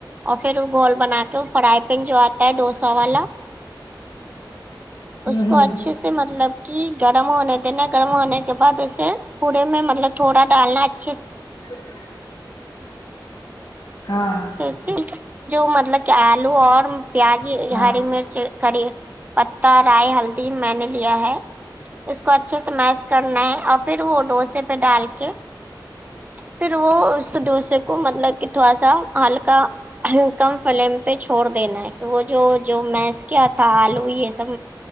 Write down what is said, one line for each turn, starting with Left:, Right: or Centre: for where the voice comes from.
Right: اور پھر وہ گھول بنا کے فرائی پین جو آتا ہے ڈوسا والا
Left: ہوں
Right: اس کو
Left: ہوں
Right: اچھے سے مطلب کہ گرم ہونے دینا گرم ہونے کے بعد اسسے پڑے میں مطلب تھوڑا ڈالنا اچھے سے
Left: <inaudible> ہاں
Right: سے جو مطلب کہ آلو اور پیاز
Left: ہاں
Right: ہری مرچ کری پتتا رائی ہلدی میں نے لیا ہے اس کو اچھے سے میس کرنا ہے اور پھر وہ ڈوسے پہ ڈال کے پھر وہ اس ڈوسے کو مطلب کہ تھوڑا سا ہلکا کم فلیم پہ چھوڑ دینا ہے کہ وہ جو جو میس کیا تھا آلو یہ سب